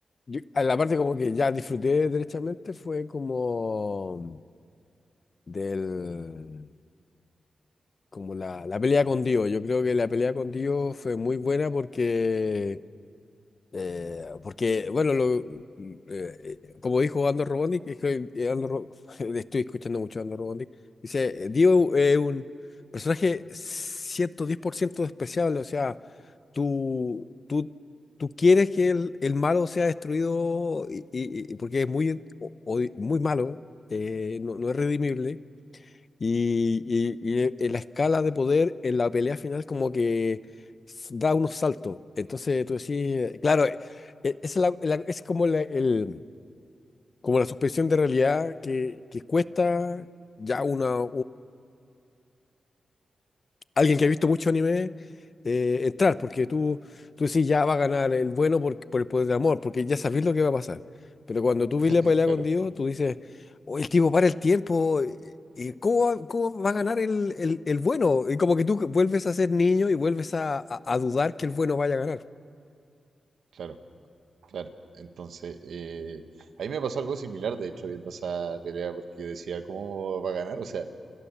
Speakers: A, on the left; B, on the right.
A: Yo- a la parte como que ya disfruté derechamente fue como del... como la, la pelea con Dio. Yo creo que la pelea con Dio fue muy buena porque Eh, porque, bueno, lo, mm, mm, eh, eh, como dijo Andor Robonik, es que, eh, Andor Ro- <laughs> estoy escuchando mucho a Andor Robonik, dice, eh, Dio es un personaje 110% despreciable, o sea, tú, tú, tú quieres que el, el malo sea destruido y, y- y- porque es muy, o- odi- muy malo, eh, no, no es redimible, y, y- y e- e la escala de poder en la pelea final como que s- da unos saltos. Entonces tú decís, eh, claro, e- e- esa es, la- la- es como la, el, como la suspensión de realidad que, que cuesta ya una, alguien que ha visto mucho anime eh, entrar, porque tú, tú decís ya va a ganar el bueno por, por el poder del amor, porque ya sabes lo que va a pasar. Pero cuando tú ves
B: <laughs>
A: la pelea
B: Claro,
A: con Dios, tú dices, oye, el tipo para el tiempo, eh, eh, ¿cómo, va cómo va a ganar el, el- el bueno? Y como que tú vuelves a ser niño y vuelves a, a- a dudar que el bueno vaya a ganar.
B: claro. Claro, entonces, eh, a mí me pasó algo similar, de hecho, viendo esa pelea, porque decía, ¿cómo va a ganar? O sea,